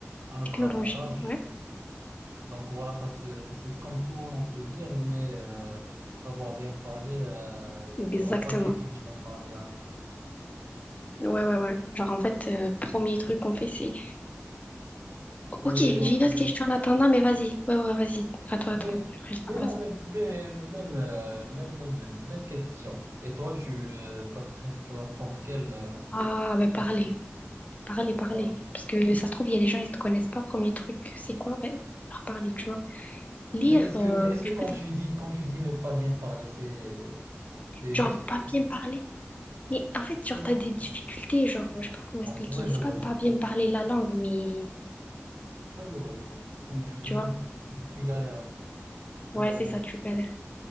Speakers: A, on the right; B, on the left.
A: à notre
B: Technologie,
A: avantage.
B: ouais.
A: Donc voilà, ça se, ça se contourne, on peut dire, mais euh, savoir bien parler, euh,
B: Exactement.
A: il n'y aura pas quelqu'un qui va parler à la place.
B: Ouais, ouais, ouais. Genre, en fait, euh, premier truc qu'on fait, c'est...
A: C'est
B: Ok,
A: d'ouvrir
B: j'ai
A: notre
B: une autre
A: gueule.
B: question en attendant, mais vas-y. Ouais, ouais, vas-y. À toi,
A: Mais,
B: à toi. Après, je
A: mais
B: la pose.
A: non, mais, mais même, euh, même, même, même, même question. Et toi, tu, euh, tu vas, préf- tu vas prendre quel, euh,
B: Ah, ben, parler.
A: quel truc?
B: Parler, parler.
A: Pardon.
B: Parce que ça se trouve, il y a des gens, ils te connaissent pas. Premier truc, c'est quoi? Ben, leur parler, tu vois. Lire,
A: Mais est-ce
B: euh,
A: que, mais est-ce
B: tu
A: que quand
B: peux... t'en-
A: tu dis, quand tu dis ne pas bien parler, c'est, c'est
B: Genre,
A: juste...
B: pas bien
A: euh,
B: parler. Mais en fait, genre,
A: bon.
B: t'as des difficultés, genre, je sais pas comment
A: Ouais,
B: expliquer.
A: ouais, je
B: C'est
A: vois,
B: pas pas
A: je vois.
B: bien parler la langue, mais
A: Ouais, je vois, je vois. Tu, tu,
B: tu vois,
A: <laughs> tu galères. hein. Euh,
B: ouais, c'est ça, tu galères.